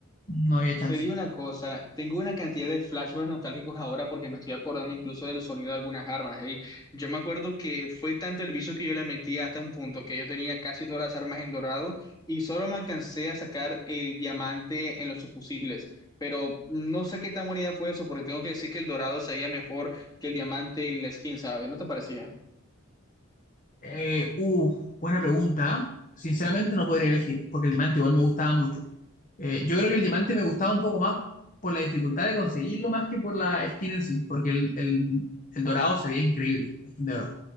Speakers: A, on the left; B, on the left.
A: No había chance.
B: Te digo una cosa, tengo una cantidad de flashbacks nostálgicos ahora porque me estoy acordando incluso del sonido de algunas armas. Hey, yo me acuerdo que fue tanto el vicio que yo le metí hasta un punto que yo tenía casi todas las armas en dorado y solo me alcancé a sacar el diamante en los subfusiles. Pero no sé qué tan buena idea fue eso porque tengo que decir que el dorado se veía mejor que el diamante en la skin, ¿sabes? ¿No te parecía?
A: Eh, uh, buena pregunta. Sinceramente no podría elegir, porque el diamante igual me gustaba mucho. Eh, yo creo que el diamante me gustaba un poco más por la dificultad de conseguirlo más que por la skin en sí, porque el, el- el dorado se veía increíble, la skin de oro.